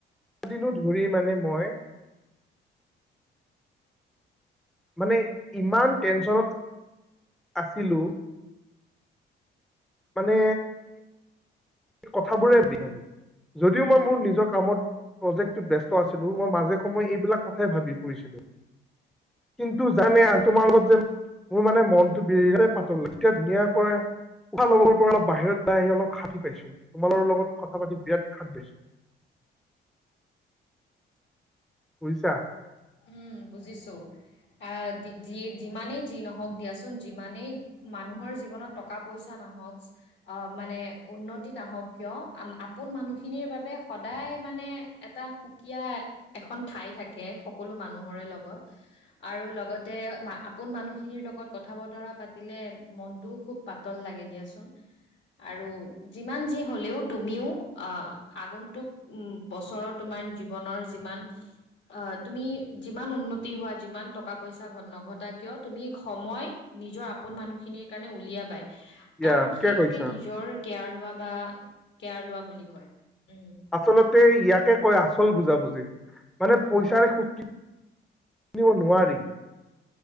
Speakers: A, in the centre; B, on the left (about 65°).
A: দিনো ধৰি মানে মই, মানে ইমান টেনচনত আছিলো। মানে, সে কথাবোৰে ভাবি ভাবি যদিও মই মোৰ নিজৰ কামত, প্ৰজেক্টটোত ব্যস্ত আছিলো মই মাজে সময় এইবিলাক কথাই ভাবি ফুৰিছিলো, কিন্তু জানে আ তোমাৰ লগত যে, মোৰ মানে মনটো বিৰাট পাতল এতিয়া ধুনীয়াকৈ তোমাৰ লগৰবোৰ অলপ বাহিৰত ওলাই আহি অলপ হানতি পাইছোঁ, তোমালোকৰ লগত কথা পাতি বিৰাট শান্তি পাইছোঁ। বুজিছা?
B: উম বুজিছো আহ যিয়ে যিমানেই যি নহওক দিয়াচোন যিমানেই, মানুহৰ জীৱনত টকা পইচা নাহকছ আ মানে উন্নতি নাহওক কিয় আম আপোন মানুহখিনিৰ বাবে সদায় মানে, এটা সুকীয়া এখন ঠাই থাকে সকলো মানুহৰে লগত, আৰু লগতে আপোন মানুহখিনিৰ লগত কথা বতৰা পাতিলে মনটোও খুব, পাতল লাগে দিয়াচোন। আৰু যিমান যি হ'লেও তুমিও আ আগন্তুক, উম বছৰত তোমাৰ জীৱনৰ যিমান আহ, তুমি যিমান উন্নতি হোৱা, যিমান টকা-পইচা ঘ নঘটা নহওক কিয়, তুমি সময়, নিজৰ আপোন মানুহখিনিৰ কাৰণে উলিয়াবই,
A: ইয়া
B: কাৰণ
A: ঠিকে
B: সেইটোকে
A: কৈছা
B: নিজৰ কেয়াৰ লোৱা বা কেয়াৰ লোৱা বুলি কয়, উম।
A: আচলতে ইয়াকে কয়, আচল বুজাবুজি মানে পইচাৰে সুখ কিনিব নোৱাৰি।